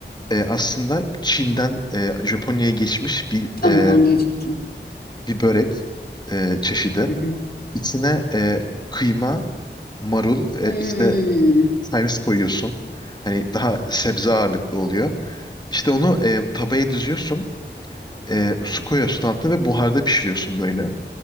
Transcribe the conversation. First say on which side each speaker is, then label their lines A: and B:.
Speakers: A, on the left; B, on the left.
A: e, aslında Çin'den e, Japonya'ya geçmiş bir
B: tam
A: e,
B: onu diyecektim.
A: bir börek e, çeşidi.
B: <laughs>
A: İçine e, kıyma, marul, e,
B: Hmm.
A: işte servis koyuyorsun. Hani daha sebze ağırlıklı oluyor. İşte onu e, tavaya düzüyorsun. E, su koyuyorsun altına ve buharda pişiriyorsun böyle.